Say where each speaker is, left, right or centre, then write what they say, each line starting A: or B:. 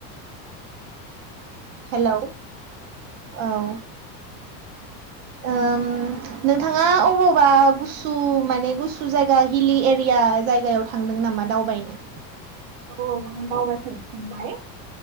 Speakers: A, on the right (about 35°); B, on the right (about 55°).
A: हेलौ ओ औ
B: <inaudible>
A: ओम नोंथाङा अबावबा गुसु माने गुसु जायगा हिलि एरिया जायगायाव थांदों नामा दावबायनो?
B: औ औ आं बावाखै फंबाय।